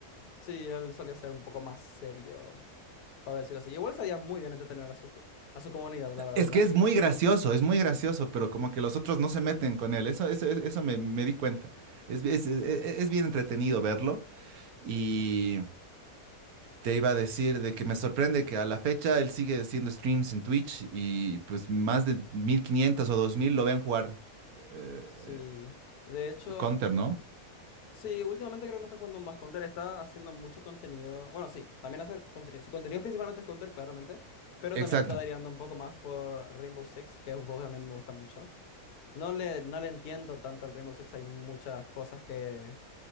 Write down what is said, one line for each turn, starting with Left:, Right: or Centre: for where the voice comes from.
Left: Sí, él solía ser un poco más serio, para decirlo así. Igual sabía muy bien entretener a su, co- a su comunidad, la verdad.
Right: Es que
Left: A
Right: es
Left: mí,
Right: muy gracioso, es muy gracioso,
Left: sí.
Right: pero como que los otros no se meten con él. Eso, eso, eso me, me di cuenta. Es, es- es- e, es bien entretenido verlo. Y te iba a decir de que me sorprende que a la fecha él sigue haciendo streams en Twitch y pues más de 1500 o 2000 lo ven jugar eh,
Left: Sí. De hecho,
Right: Counter, ¿no?
Left: sí, últimamente creo que no está jugando más Counter, está haciendo mucho contenido. Bueno, sí, también hacer contenido. Su contenido principalmente es Counter, claramente, pero
Right: Exacto.
Left: también se está derivando un poco más por Rainbow Six, que es un juego que también me gusta mucho. No le, no le entiendo tanto al Rainbow Six, hay muchas cosas que